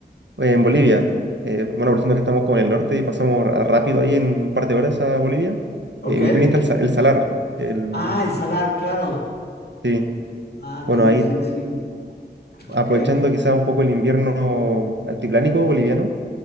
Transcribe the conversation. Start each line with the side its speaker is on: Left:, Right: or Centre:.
Right: eh, en Bolivia. Eh, bueno, aprovechando que estamos como en el norte y pasamos ra- rápido ahí en un par de horas a Bolivia,
Left: Ok.
Right: eh, Uyuni está el, sa- el salar. El,
Left: Ah, el salar, claro.
Right: sí,
Left: Ah,
Right: bueno,
Left: que-
Right: ahí
Left: sí, sí. Ok.
Right: aprovechando quizá un poco el invierno altiplánico boliviano,